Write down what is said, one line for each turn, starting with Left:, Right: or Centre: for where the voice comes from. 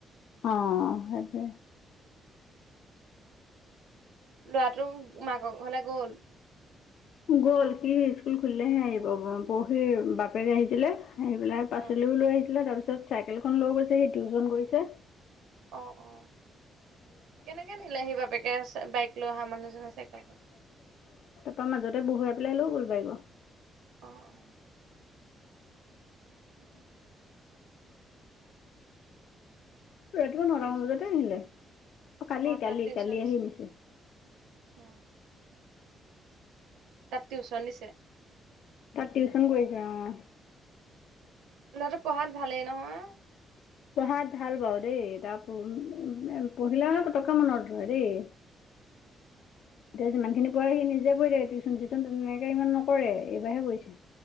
Left: অ', সেইটোৱে।
Right: ল'ৰাটো মাকৰ ঘৰলৈ গ'ল।
Left: গ'ল সি স্কুল খুলিলেহে আহিব, পৰহি বাপেক আহিছিলে আহি পেলাই পাচলিও
Right: অ
Left: লৈ আহিছিলে, তাৰ পিছত চাইকেলখন লৈ গৈছে সি টিউশন গৈছে।
Right: অ অ। কেনেকে নিলে সি বাপেকে বাইক লৈ অহা মানুহজনৰ চাইকেলখন?
Left: তাৰ মাজতে বহুৱাই পেলাই লৈ গ'ল বাইকৰ।
Right: অ অ। <inaudible>
Left: ৰাতিপুৱা নটামান
Right: টিউচন
Left: বজাতে
Right: দিছে
Left: আহিলে, অ কালি-কালি-কালি
Right: তাত টিউচন দিছে
Left: আহি নিছে।
Right: অ। তাত টিউচন দিছে?
Left: তাত টিউচন কৰিছে অ।
Right: ল'ৰাটো পঢ়াত ভালেই নহয়?
Left: পঢ়াত ভাল বাৰু দেই তাৰ পঢ়িলে পতকেই মনত ৰৈ দেই। এতিয়া যিমানখিনি পঢ়ে সি নিজে পঢ়ে টিউচন চিউ তেনেকে ইমান নকৰে এইবাৰহে কৰিছে।